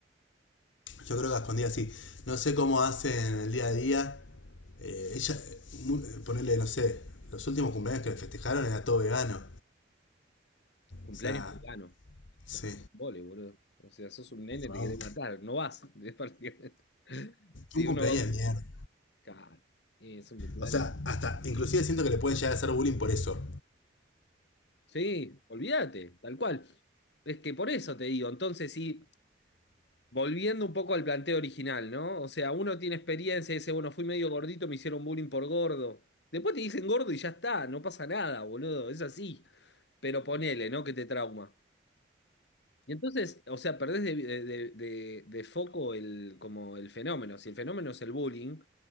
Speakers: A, on the left; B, on the left.
A: Yo creo que a escondidas sí. No sé cómo hacen el día a día. Eh, ella, mu- ponerle, no sé, los últimos cumpleaños que le festejaron era todo vegano.
B: Cumpleaños
A: O sea,
B: vegano.
A: sí.
B: Ah, Vole, boludo. O sea, sos un nene, te
A: Un
B: querés matar, no vas, <laughs> es prácticamente. Si
A: Un cumpleaños
B: uno va a un...
A: de
B: cum-
A: mierda.
B: Claro, eh, es un cumpleaños.
A: O sea, hasta, inclusive siento que le pueden llegar a hacer bullying por eso.
B: Sí, olvídate, tal cual. Es que por eso te digo, entonces sí. Volviendo un poco al planteo original, ¿no? O sea, uno tiene experiencia y dice, bueno, fui medio gordito, me hicieron bullying por gordo. Después te dicen gordo y ya está, no pasa nada, boludo, es así. Pero ponele, ¿no? Que te trauma. Y entonces, o sea, perdés de, de- de- de- de foco el, como el fenómeno. Si el fenómeno es el bullying,